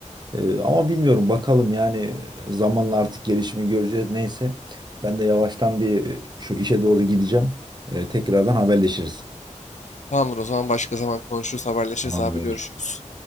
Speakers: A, on the right; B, on the left.
A: E, ama bilmiyorum bakalım yani zamanla artık gelişimi göreceğiz. Neyse ben de yavaştan bir şu işe doğru gideceğim. E, tekrardan haberleşiriz.
B: Tamamdır o zaman başka zaman konuşuruz haberleşiriz
A: Tamamdır.
B: abi görüşürüz.